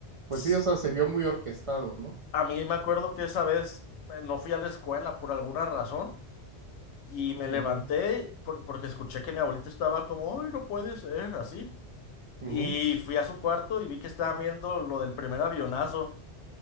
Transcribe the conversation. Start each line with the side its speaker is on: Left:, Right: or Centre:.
Right: pues
Left: Tss,
Right: sí, o sea, se vio muy orquestado, ¿no?
Left: A mí me acuerdo que esa vez eh, no fui a la escuela por alguna razón. Y me levanté
Right: Ujú,
Left: por- porque escuché que mi abuelita estaba como, ay, no puede ser, así.
Right: ujú.
Left: Y fui a su cuarto y vi que estaban viendo lo del primer avionazo.